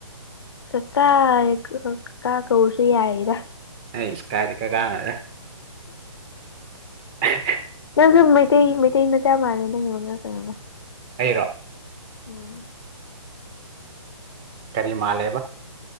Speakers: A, on the left; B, on the right.
A: ꯀꯀꯥ ꯀꯀꯥ ꯀꯧꯔꯁꯨ ꯌꯥꯏꯗ
B: ꯑꯁ ꯀꯥꯏꯗꯩ ꯀꯀꯥꯅꯣꯗ <unintelligible>
A: ꯅꯪꯁꯨ ꯃꯩꯇꯩ ꯃꯩꯇꯩ ꯃꯆꯥ ꯃꯥꯜꯂꯦ ꯅꯪꯒꯤ ꯋꯉꯥꯡ ꯁꯉꯥꯡꯗꯣ
B: ꯑꯩꯔꯣ
A: ꯎꯝ
B: ꯀꯔꯤ ꯃꯥꯥꯜꯂꯦꯕ